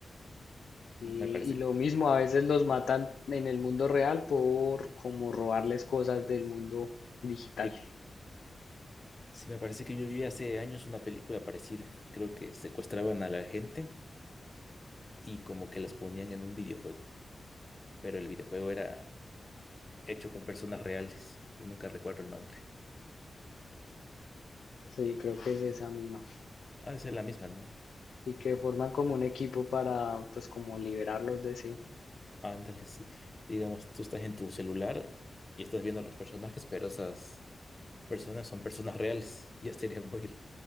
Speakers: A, on the left; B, on the left.
A: Y,
B: Me parece,
A: y lo mismo, a veces los matan en el mundo real por como robarles cosas del mundo digital.
B: eh, sí, me parece que yo vi hace años una película parecida. Creo que secuestraban a la gente y como que las ponían en un videojuego, pero el videojuego era hecho con personas reales. Yo nunca recuerdo el nombre.
A: Sí, creo que es esa misma.
B: Ah, esa es la misma, ¿no?
A: Y que forman como un equipo para pues como liberarlos de sí.
B: Ándale, sí. Digamos, tú estás en tu celular y estás viendo los personajes, pero esas personas son personas reales. <laughs> Ya sería muy,